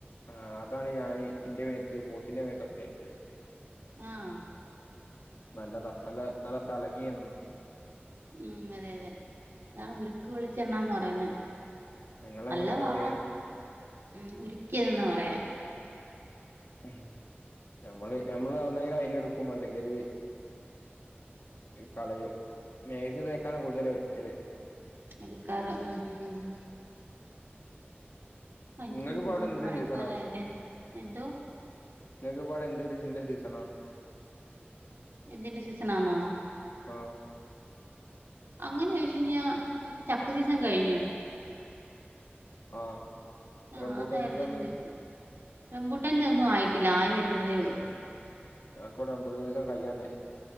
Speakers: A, on the left; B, on the right.
A: ആഹ് അതാണ് ഞാന് ഇന്റെ മേത്ത് പോത്തിന്റെ മേത്തൊക്കെ തേക്കല്
B: ആഹ്
A: നല്ലതാ നല്ല നല്ല തെളങ്ങിങ്ങനെ നിക്കും
B: ഉം അതെ അതെ അതാണ് ഉരുക്ക് വെളിച്ചെണ്ണന്ന് പറയുന്നെ
A: നിങ്ങളങ്ങനെ
B: അല്ല
A: അതാ
B: വാട
A: പറയല്
B: ഉം ഉര്ക്കിയതെന്നാ പറയാ
A: ഉം ഞമ്മള് ഞമ്മള് ഒന്നങ്കില് അയ്ന് ഇട്ക്കും അല്ലെങ്കില് കളയും മേത്ത് തേക്കാനാണ് കൂടുതല് വെട്ടല്
B: എടുക്കാറ് ഉം ഉം ഉം ഇനിപ്പോ
A: നിങ്ങക്കിപ്പോ
B: മുമ്പോട്ട്
A: അവിടെ എന്തിന്റെ
B: മഴക്കാലായില്ലേ
A: സീസണാ
B: എന്തോ
A: നിങ്ങക്ക്‌പ്പോ എന്ത് കൃഷിന്റെ സീസണാ?
B: എന്തിന്റെ സീസണാന്നോ?
A: ആഹ്
B: അങ്ങനെ ചോയ്ച്ച് കഴിഞ്ഞാ ഇപ്പൊ ചക്ക സീസൺ കഴിഞ്ഞു
A: ആഹ്
B: ആഹ്
A: റംബൂട്ടാൻ
B: അതായിരുന്നു
A: സീസണ്
B: ഒരു സീസൺ റംബുട്ടാന്റെ ഒന്നും ആയിട്ടില്ല ആയി വരുന്നതേ ഒള്ളൂ
A: ആ ക്കി വിടെ റാബുട്ടാൻ സീസൺ കയ്യാനായി